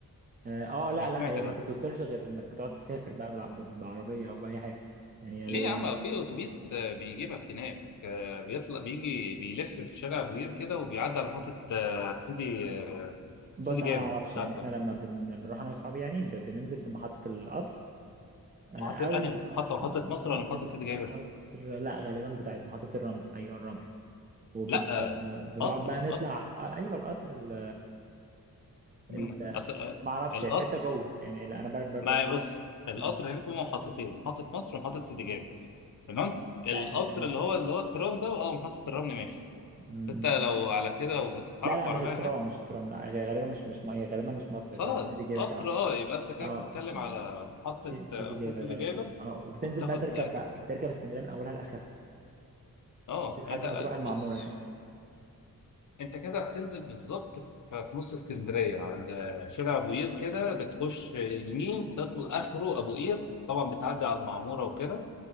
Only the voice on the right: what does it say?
اه آه، لا
لا هي
ما تتوصلش غير انك بتقعد تسافر بقى بالع- ب- بعربيه او باي حاجه يعني
ال...
بص
انا ما اعرفش
يعني احنا لما بن... بنروح انا واصحابي يعني ب... بننزل في محطه القطر آه،
او
محطه
القطر
لا غالبا بتاعت محطه الرمل ايوه الرمل وبنقعد
بقى نطلع
آه، ايوه القطر ال...
ال...
ما اعرفش
هي في حته جوه يعني لا، انا بر... بر...
بر...
مم.
لا هي مش مصر
مم.
مم.
لا لا
مش الترام
مش الترام لا هي غالبا مش مش م- هي غالبا مش مصر
هي غالبا سيدي جابر
فعلا
اه
و-
سي- سيدي
جابر
غالبا
اه وبتنزل
بقى تركب
بقى
تركب اسكندريه من اولها لاخرها
مش لحد
ما تروح المعموره
يعني